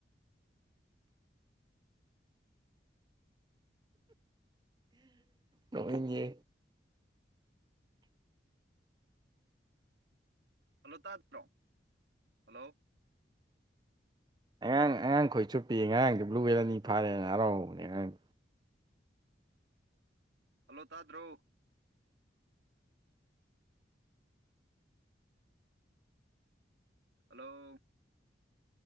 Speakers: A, on the right; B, on the right.
A: ꯅꯣꯏꯒꯤ
B: ꯍꯜꯂꯣ ꯇꯥꯖ꯭ꯔꯣ ꯍꯜꯂꯣ
A: ꯑꯉꯥꯡ ꯑꯉꯥꯡ ꯈꯣꯏ ꯆꯨꯞꯄꯤꯌꯦ ꯉꯉꯥꯡꯗꯤ ꯕ꯭ꯂꯨ ꯋꯦꯂ ꯑꯅꯤ ꯐꯥꯔꯦꯅ ꯍꯔꯥꯎꯕꯅꯦ ꯑꯉꯥꯡ
B: ꯍꯜꯂꯣ ꯇꯥꯗ꯭ꯔꯣ ꯍꯜꯂꯣ